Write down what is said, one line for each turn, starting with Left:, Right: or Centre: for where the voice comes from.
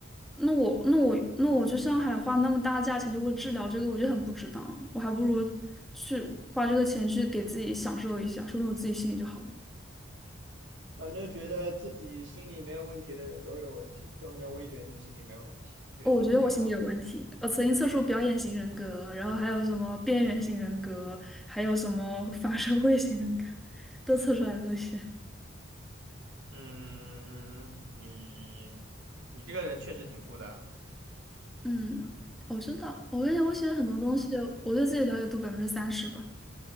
Centre: 那我那我那我去上海花那么大的价钱就为治疗这个，我就很不值当啊我还不如去花这个钱去给自己享受一下，说明我自己心里就好了。
Right: 反正觉得自己心里没有问题的人都有问题，就好像我也觉得自己心里没有问题，我觉得自己挺好的。
Centre: 哦我觉得我心里有问题，我曾经测出表演型人格，然后还有什么边缘型人格，还有什么 <laughs> 反社会型人格，都测出来了些。
Right: 嗯，你你这个人确实挺复杂的
Centre: 嗯，我知道，我感觉我写很多东西，我对自己了解度百分之三十吧。